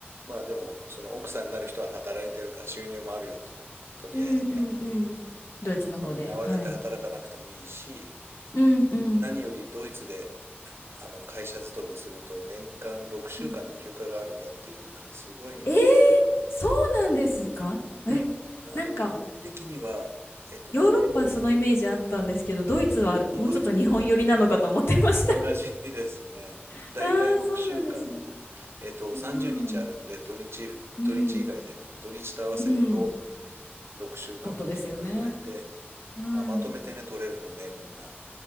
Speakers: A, on the right; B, on the left.
A: まあでも、その奥さんになる人は働いてるから収入もあるよと、とりあえずね。
B: うんうんうん。ドイツの方で。
A: だからそんなに慌てて働かなくてもいいし、
B: はい。うんうん
A: 何よりドイツであの会社勤めすると年間6週間の休暇があるんだっていう、
B: うん
A: なんかすごい、
B: えー、そうなんですかえ、
A: うん、あの基本的には、
B: なんか
A: えっとね、
B: ヨーロッパそのイメージあったんですけど、
A: 年
B: ドイツはもうちょっと日本寄りなのかと思ってました。
A: ドイツもそうですよ。同じ、同じですね。
B: <laughs>
A: だいたい6週間、
B: ああ、そうなんですね。
A: えっと、30日あるんで、
B: うん。
A: 土日、
B: うん。
A: 土日以外でね、土日と合わせると
B: うん。
A: 6週間休暇取れて、
B: もっとですよね。うん。
A: まあ、まとめてね、取れるので、みんな。